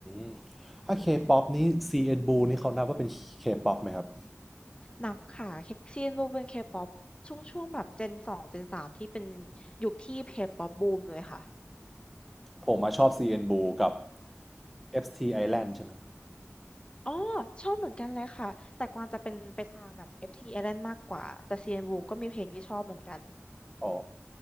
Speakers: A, in the centre; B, on the left.
A: มถ้า K-pop นี้ CN Blue นี่เขานับว่าเป็น K-pop ไหมครับ
B: นับค่ะซีนบูมเป็นเคป๊อปช่วงช่วงแบบเจนสองเจนสามที่เป็นยุคที่เคป๊อปบูมเลยค่ะ
A: ผมมาชอบ CN Blue กับ FT Island ใช่ไหม
B: อ๋อชอบเหมือนกันเลยค่ะแต่กวางจะเป็นไปทางแบบ FT Island มากกว่าแต่ CN Blue ก็มีเพลงที่ชอบเหมือนกัน
A: อ๋อ